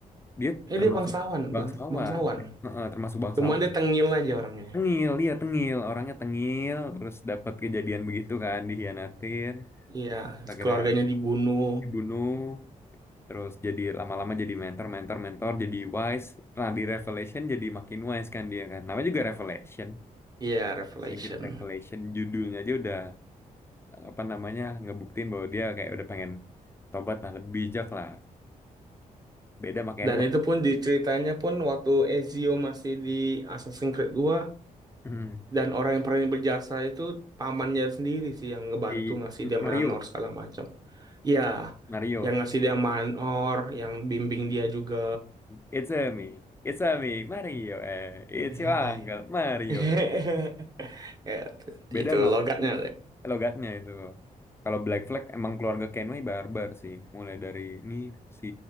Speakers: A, on the left; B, on the right.
A: Dia
B: Eh,
A: termasuk
B: dia bangsawan,
A: bangsawan.
B: bang, bangsawan.
A: Heeh, termasuk bangsawan.
B: Cuma dia tengil aja orangnya.
A: Tengil, dia tengil, orangnya tengil, terus dapat kejadian begitu kan, dihianatin,
B: Iya,
A: akhirnya
B: keluarganya dibunuh.
A: dibunuh, terus jadi lama-lama jadi mentor, mentor, mentor, jadi wise. Nah, di Revelation jadi makin wise kan dia kan. Namanya juga Revelation.
B: Iya, Revelation.
A: Shingkiz Revelation judulnya aja udah apa namanya ngebuktiin bahwa dia kayak udah pengen tobat lah lebih bijak lah beda sama Kenwa
B: Dan itu pun di ceritanya pun waktu Ezio masih di Assassin's Creed dua
A: <clears throat>
B: dan orang yang paling berjasa itu pamannya sendiri sih yang ngebantu
A: si
B: ngasih dia
A: Mario
B: manor segala macam. Iya,
A: Mario
B: yang ngasih dia manor, yang bimbing dia juga.
A: it's a me it's a me Mario eh it's
B: Hehehe.
A: your uncle Mario
B: <laughs> Ya,
A: beda
B: itu
A: sama
B: logatnya.
A: logatnya itu kalau Black Flag emang keluarga Kenway barbar sih mulai dari ini si